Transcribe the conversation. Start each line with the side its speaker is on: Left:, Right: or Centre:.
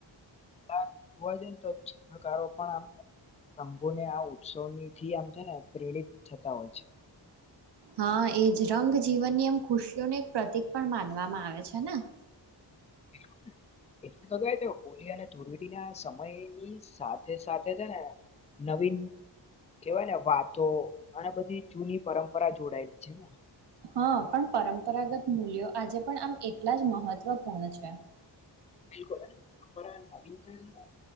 Left: બાર જોવા જઈએન તો ચિત્રકારો પણ આમ રંગોની આ ઉત્સવનીથી આમ છે ને પ્રેરિત થતા હોય છે.
Right: હન, એજ રંગ જીવનની એમ ખુશીઓનું એક પ્રતિક પણ માનવામાં આવે છે ને. <inaudible>
Left: બિલકુલ એટલે તો કહી દઉં. હોલી અને ધુલેટીના સમયની સાથે સાથે છે ને નવીન કેવાયને વાતો અને બધી જૂની પરંપરા જોડાય છેને.
Right: હન, પણ પરંપરાગત મૂલ્યો આજે પણ આમ એટલા જ મહત્વપૂર્ણ છે.
Left: બિલકુલ, અને પરંપરા નવીનતા છે ન